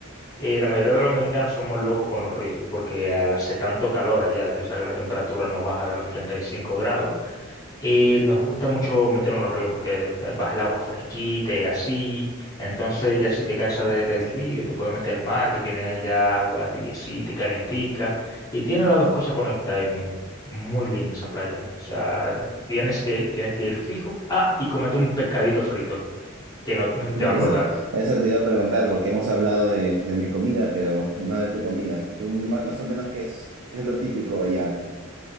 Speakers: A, on the left; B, on the right.
A: eh, la mayoría de los dominicanos somos locos con los ríos, porque al hace tanto calor allá, tú sabes que la temperatura no baja de los 35 grados. Y nos gusta mucho meternos en los ríos porque te- vas al agua fresquita y así. Entonces ya si te cansas de- del río, te puedes meter al mar que tiene ya agua tibiecita y calientica. Y tiene las dos cosas conectadas ahí mismo. Muy linda esa playa. O sea, tienes que, tienes que ir fijo. Ah, y comete un pescadito frito que no no te va a
B: Eso,
A: acordar.
B: eso te iba a preguntar, porque hemos hablado de, de mi comida, pero no de tu comida. Tú ma- más, o menos qué es, qué es lo típico allá.